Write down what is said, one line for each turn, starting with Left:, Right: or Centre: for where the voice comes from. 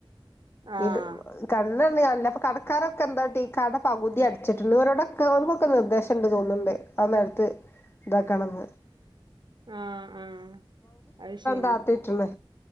Right: ആഹ്.
Left: ഇ കണ്ണ് കടക്കാരൊക്കെ എന്താട്ടി കട പകുതി <unintelligible> അടിച്ചിട്ണ്ട് ഇവരോടൊക്കെ ഇവർക്കൊക്കെ നിർദേശംണ്ട് തോന്ന്ണ്ട് അല്ലാ അട്ത്ത് ഇതക്കാണെന്ന്
Right: ആ ആ അയ് ശരി
Left: താത്തിട്ട്ണ്